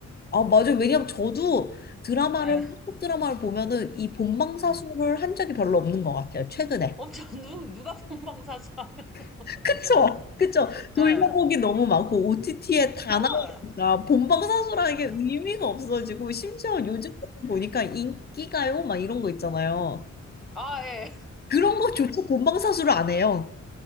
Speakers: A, on the left; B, in the centre.
A: 아, 맞아요. 왜냐면 저도 드라마를,
B: 예,
A: 한국 드라마를 보면은 이 본방사수를
B: 예.
A: 한 적이 별로 없는 것 같아요, 최근에.
B: 엄청 누 누가 본방 사수 하면 <laughs>
A: <laughs> 그쵸?
B: 진짜.
A: 그쵸? 돌려보기
B: 예.
A: 너무
B: 그
A: 많고, OTT에 다
B: 아,
A: 나오니까 본방사수라는 게
B: 예,
A: 의미가
B: 예.
A: 없어지고, 심지어 요즘 보니까 인기가요? 막 이런 거 있잖아요.
B: 아, 예.
A: 그런 거조차 본방사수를 안 해요.